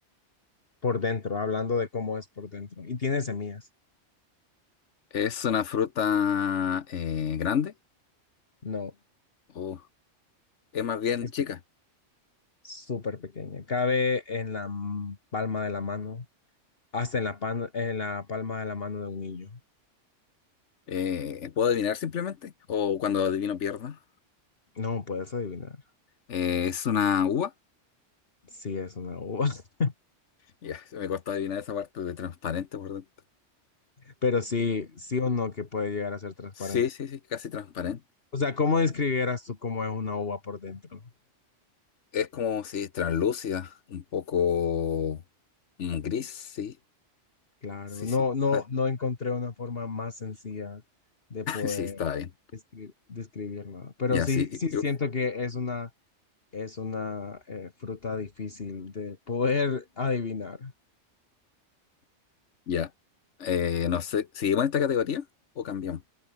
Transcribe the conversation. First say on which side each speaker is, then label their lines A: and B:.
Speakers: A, on the left; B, on the left.
A: por dentro, hablando de cómo es por dentro. Y tiene semillas.
B: ¿Es una fruta eh, grande?
A: No,
B: ¿O es más bien
A: es
B: chica?
A: pe- súper pequeña. Cabe en la m- palma de la mano, hasta en la, pan- en la palma de la mano de un niño.
B: Eh, ¿puedo adivinar simplemente? ¿O cuando adivino pierdo?
A: No puedes adivinar.
B: Eh, ¿es una uva?
A: Sí, es una uva, <laughs>
B: Ya, se me costó adivinar esa parte de transparente por dentro.
A: pero sí, sí o no que puede llegar a ser transparente.
B: Sí, sí, sí, casi transparente.
A: O sea, ¿cómo describieras tú cómo es una uva por dentro?
B: Es como si es translúcida, un poco mm, gris, sí.
A: Claro,
B: Sí,
A: no,
B: sí,
A: no,
B: claro.
A: no encontré una forma más sencilla de poder
B: Sí, está bien.
A: descri- describirla, pero
B: Ya,
A: sí,
B: sí.
A: sí
B: yo-
A: siento que es una, es una eh, fruta difícil de poder adivinar.
B: ya. Eh, no sé, ¿seguimos en esta categoría o cambiamos?